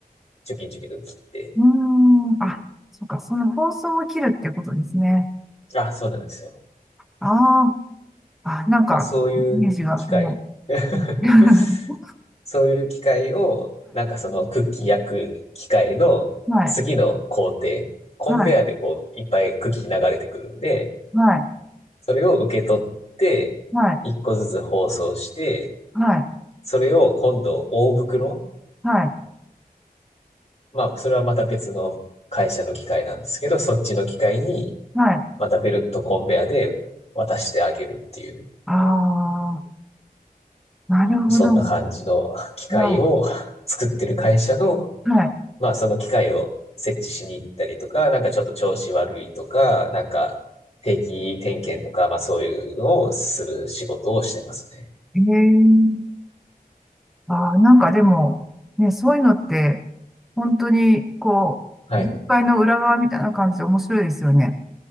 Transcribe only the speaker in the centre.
うーん。あ、そっか。その放送を切るっていうことですね。
ああー、あ、なんか、
イメージが今。は
い。<laughs>
はい。
はい。はい。
はい。
はい。
はい。はい。
はい。
ああ、なるほど。
な
は
い。ええああ、なんかでも、ね、そういうのって、本当に、こう、
業界の裏側みたいな感じで面白いですよね。